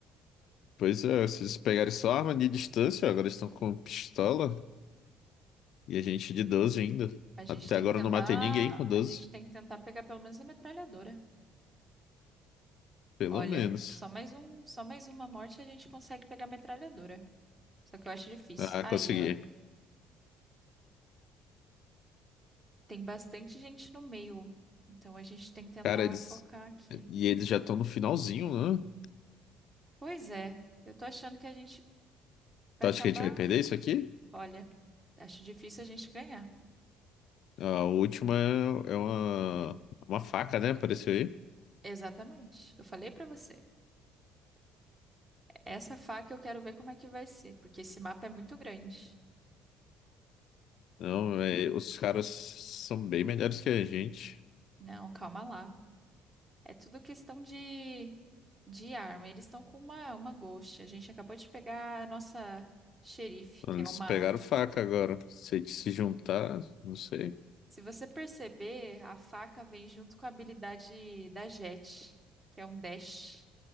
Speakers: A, on the left; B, on the right.
A: Pois é, se eles pegarem só arma de distância, agora eles estão com pistola. E a gente de 12 ainda.
B: A gente
A: Até
B: tem
A: agora
B: que tentar,
A: eu não matei ninguém com
B: a
A: doze
B: gente tem que tentar pegar pelo menos a metralhadora.
A: Pelo
B: Olha,
A: menos.
B: só mais um, só mais uma morte a gente consegue pegar a metralhadora. Só que eu acho difícil.
A: Ah,
B: Aí,
A: consegui.
B: ó. Tem bastante gente no meio, então a gente tem que tentar
A: Cara, eles.
B: focar aqui.
A: E eles já estão no finalzinho, né?
B: Pois é, eu tô achando que a gente vai
A: Tu acha
B: acabar.
A: que a gente vai perder isso aqui?
B: Olha, acho difícil a gente ganhar.
A: A última é é uma, é uma faca, né? Apareceu aí.
B: Exatamente. Eu falei pra você. Essa faca eu quero ver como é que vai ser, porque esse mapa é muito grande.
A: Não, é, os caras são bem melhores que a gente.
B: Não, calma lá. É tudo questão de, de arma. Eles estão com uma, uma Ghost. A gente acabou de pegar a nossa xerife,
A: Eles
B: que é uma
A: pegaram faca agora. Se a gente se juntar, não sei.
B: Se você perceber, a faca vem junto com a habilidade da Jet, que é um dash.